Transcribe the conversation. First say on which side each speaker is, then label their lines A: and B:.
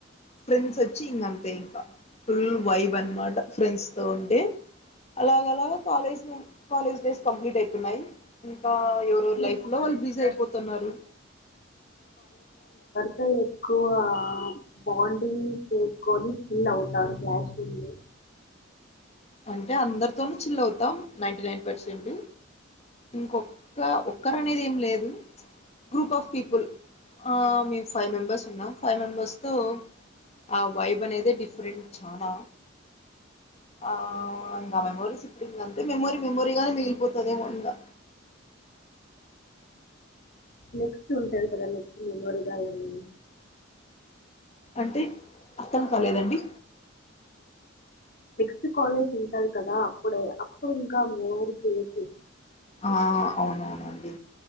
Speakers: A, on the left (about 30°); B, on the left (about 50°).
A: ఫ్రెండ్స్ వచ్చి ఇంకా అంతే ఇంకా ఫుల్ వైబ్ అనమాట ఫ్రెండ్స్ తో ఉంటే అలాగలాగా కాలేజ్ కాలేజ్ డేస్ కంప్లీట్ అయిపినై కా ఎవరెవరు
B: మీరు
A: లైఫ్
B: కాలేజ్
A: లో వాళ్ళు బిజీ అయిపోతున్నారు
B: అంటే ఎక్కువ బాండింగ్ చేసుకొని ఫీల్ అవుతారు క్లాస్రూమ్ లో
A: అంటే అందరితోను చిల్ అవుతాం నైంటీనైన్ పర్సెంట్ ఇంకొక్క ఒక్కరు అనేది ఏం లేదు గ్రూప్ ఆఫ్ పీపుల్ ఆహ్ మేము ఫైవ్ మెంబెర్స్ ఉన్నాం ఫైవ్ మెంబెర్స్తో ఆ వైబ్ అనేదీ డిఫరెంట్ చాలా ఆహ్ ఇంకా మెమోరీస్ ఉంటుంది అంతే మెమోరీ మెమోరీ గానే మిగిలిపోతాదేమోఇంకా
B: నెక్స్ట్ ఉంటాది కదా నెక్స్ట్ మెమొరీగా ఏమేమిఅని
A: అంటే అర్థం కాలేదండి
B: నెక్స్ట్ కాలేజ్ ఉంటది కదా అప్పుడే అప్పుడు ఇంకా మోర్ క్రియేట్ చే
A: ఆ అవును అవును అండి